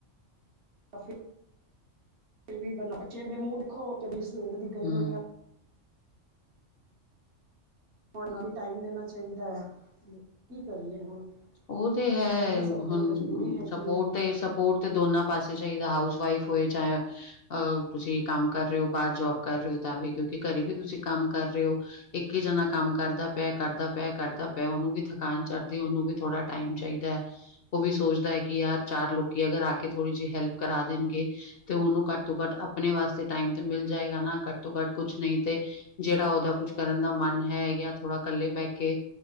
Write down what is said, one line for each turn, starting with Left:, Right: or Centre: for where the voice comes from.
Right: ਤਾ ਫ, ਫਿਰ ਵੀ ਬਾਚੇ ਦੇ ਮੂੰਹ ਦੇਖੋ ਉ ਵੀ ਸਵੇਰ ਦੀ ਗਈ
Left: ਹਮ
Right: ਹੋਈਆਂ। ਹੋਰਨਾ ਵੀ ਟਾਈਮ ਦੇਣਾ ਚਾਹੀਦਾ ਐ, ਕੀ ਕਰੀਏ ਹੁਣ?
Left: ਓ ਤੇ ਹੈ
Right: ਕਰ ਨਹੀਂ ਸਕਦੇ
Left: ਹੁਣ
Right: ਮਜਬੂਰੀ ਹੈਗੀ
Left: ਸਪੋਟ
Right: ਹੈ
Left: ਤੇ ਸਪੋਟ ਤੇ ਦੋਨਾਂ ਪਾਸੇ ਚਾਹੀਦਾ ਹਾਊਸ ਵਾਈਫ ਹੋਏ ਚਾਹੇ। ਅਹ ਤੁਸੀਂ ਕੰਮ ਕਰ ਰਹੇ ਹੋ। ਬਾਹਰ ਜੋਬ ਕਰ ਰਹੇ ਹੋ ਤਾਂ ਵੀ ਕਿਉਂਕਿ ਘਰੇ ਵੀ ਤੁਸੀਂ ਕੰਮ ਕਰ ਰਹੇ ਹੋ। ਇੱਕ ਹੀ ਜਣਾ ਕੰਮ ਕਰਦਾ ਪਿਆ ਕਰਦਾ ਪਿਆ ਕਰਦਾ, ਪਿਆ ਉਹਨੂੰ ਵੀ ਥਕਾਨ ਚੜ੍ਹਦੀ ਉਹਨੂੰ ਵੀ। ਥੋੜ੍ਹਾ ਟਾਈਮ ਚਾਹੀਦਾ ਹੈ। ਉਹ ਵੀ ਸੋਚਦਾ ਹੈ, ਕਿ ਯਾਰ ਚਾਰ ਲੋਕੀ ਅਗਰ ਆ ਕੇ ਥੋੜ੍ਹੀ ਜਿਹੀ ਹੈਲਪ ਕਰਾ ਦੇਣਗੇ। ਤੇ ਉਹਨੂੰ ਘੱਟ ਤੋਂ ਘੱਟ ਆਪਣੇ ਵਾਸਤੇ ਟਾਈਮ ਤੇ ਮਿਲ ਜਾਏਗਾ ਨਾ ਘੱਟ ਤੋਂ ਘੱਟ ਕੁਛ ਨਹੀਂ ਤੇ। ਜਿਹੜਾ ਉਹਦਾ ਕੁੱਛ ਕਰਨ ਦਾ ਮਨ ਹੈ, ਜਾਂ ਥੋੜਾ ਇਕੱਲੇ ਬਹਿ ਕੇ।